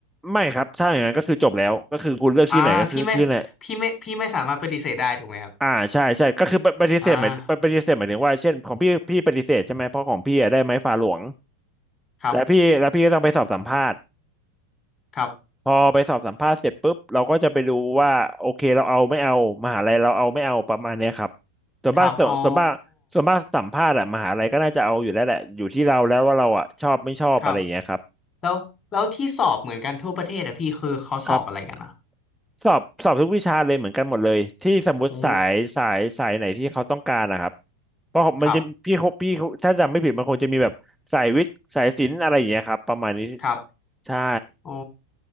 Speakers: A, in the centre; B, on the left.
A: ไม่ครับถ้าอย่างนั้นก็คือจบแล้วก็คือคุณเลือกที่อไหนก็คือคือไหน
B: อ่าพี่ไม่พี่ไม่พี่ไม่สามารถปฏิเสธได้ถูกไหมครับ
A: อ่าใช่ใช่ก็คือปปฏิเสธหมายปปฏิเสธหมายถึงว่าเช่นของพี่พี่ปฏิเสธใช่ไหมเพราะของพี่อะได้ไม้ฟาหลวง
B: อ่าครับ
A: แล้วพี่แล้วพี่ก็ต้องไปสอบสัมภาษณ์
B: ครับ
A: พอไปสอบสัมภาษณ์เสร็จปุ๊บเราก็จะไปดูว่าโอเคเราเอาไม่เอามหาลัยเราเอาไม่เอาประมาณเนี้ยครับส่วนมากส่วนส่วนมากส่วนมากสัมภาษณ์อะมหาลัยก็น่าจะเอาอยู่แล้วแหละอยู่ที่เราแล้วว่าเราอะชอบไม่ชอบอะไรอย่างเงี้ยครับ
B: ครับอ๋อครับแล้วแล้วที่สอบเหมือนกันทั่วประเทศอะพี่คือเขาสอบอะไรกันอะ
A: ครับสอบสอบทุกวิชาเลยเหมือนกันหมดเลยที่สมมติสายสายสายไหนที่เขาต้องการนะครับ
B: โอ้
A: เพราะมันจะพี่เขาพี่เขาถ้าจำไม่ผิดมันคงจะมีแบบสายวิทย์สายศิลป์อะไรอย่างเงี้ยครับประมาณนี้
B: ครับครับ
A: ใช่
B: อ๋อ